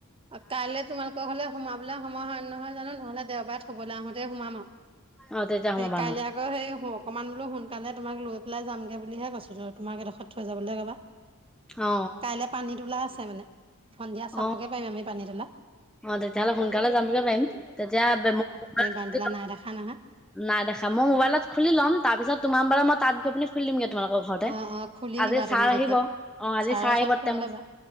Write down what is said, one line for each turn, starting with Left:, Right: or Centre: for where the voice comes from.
Right: আৰু কাইলৈ তোমালোকৰ ঘৰলে। সোমাবলৈ সময় হয় নহয় জানো নহলে দেওবাৰে থবলৈ আহোতেই সোমাম আৰু
Centre: অ তেতিয়া সোমাবা
Right: সেই কাইলে
Centre: নহ'লে।
Right: আকৌ। আকৌ সেই অকণমান বোলো সোনকালে তোমাক লৈ পেলাই যামগৈ বুলিহে কৈছো তোমাক এডোখৰ থৈ যাবলৈ ক'বা। <inaudible>
Centre: অ।
Right: পানীত ওলাই আছে মানে সন্ধিয়া চাবগে।
Centre: অ
Right: পাৰিম আমি পানী তোলা
Centre: অ তেতিয়াহ'লে সোনকালে যামগে পাৰিম তেতিয়া। মোবাইলত
Right: পানীতোলা
Centre: খুলি ল'ম
Right: নাই দেখা নহয়।
Centre: নাই দেখা মই মোবাইলত খুলি ল'ম তাৰপিছত তোমাৰ মোবাইলত মই তাইপ কৰি পিনে। খুলি দিমগে তোমালোকৰ ঘৰতে
Right: অ অ খুলি
Centre: আজি
Right: নিবা তুমি
Centre: চাৰ
Right: তেতিয়া
Centre: আহিব অ আজি
Right: ছাৰৰ
Centre: চাৰ
Right: ওচৰত
Centre: আহিব
Right: খুলি
Centre: টাইমত।
Right: ল'বা